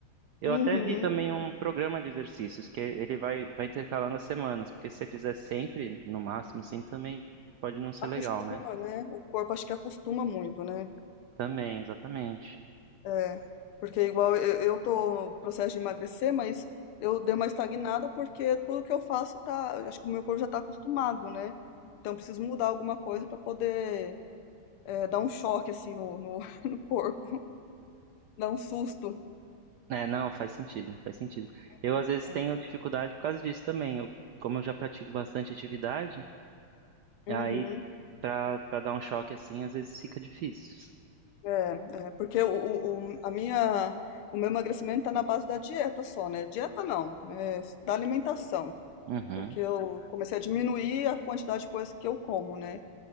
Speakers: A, on the right; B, on the left.
A: Eu
B: Uhum.
A: até vi também um programa de exercícios, que ele vai, vai intercalando as semanas, porque se você fizer sempre, no máximo, assim, também pode não ser
B: Acostuma,
A: legal, né?
B: né? O corpo acho que acostuma muito, né?
A: Também, exatamente.
B: É, porque igual eu, eu tô no processo de emagrecer, mas eu dei uma estagnada porque tudo que eu faço tá, eu acho que o meu corpo já tá acostumado, né? Então eu preciso mudar alguma coisa para poder é, dar um choque assim no, no, <laughs> no corpo, dar um susto.
A: É, não, faz sentido, faz sentido. Eu,
B: Uhum,
A: às vezes,
B: É.
A: tenho dificuldade por causa disso também. Eu, como eu já pratico bastante atividade, aí,
B: Uhum.
A: para para dar um choque assim, às vezes fica difícil.
B: É, é, porque o, o, o- a minha, o meu emagrecimento está na base da dieta só, né? Dieta não, é, da alimentação.
A: Uhum.
B: Porque eu comecei a diminuir a quantidade de coisas que eu como, né?